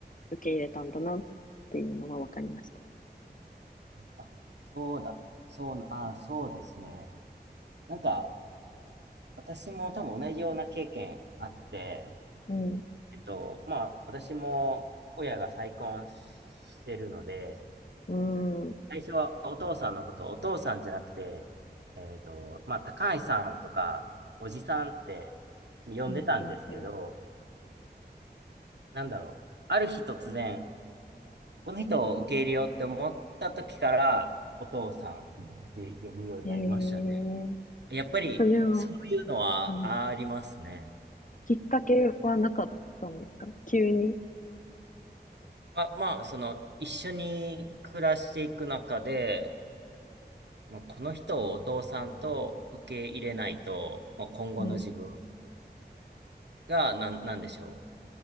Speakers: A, on the left; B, on the right.
A: 受け入れたんだなっていうのは分かりました。
B: あ、あ、そうだ。そうな、ああ、そうですね。なんか、私も多分同じような経験あって、
A: うん。う
B: えっと、まあ、私も親が再婚してるので、
A: ーん。うん、
B: 最初はお父さんのことをお父さんじゃなくて、えっと、まあ、高橋さんとか、おじさんって呼んでたんですけど、
A: うん、う
B: なんだろう。ある日突然、この人を受け入れようって思った時から、お父さんって呼ぶようになりましたね。
A: ん。へえ。
B: やっぱり、
A: それは、
B: そういうのはありますね。
A: うん。きっかけはなかったんですか急に。
B: あ、まあ、その、一緒に暮らしていく中で、まあ、この人をお父さんと受け入れないと、まあ、今後の自分
A: うん。
B: が、なん、なんでしょ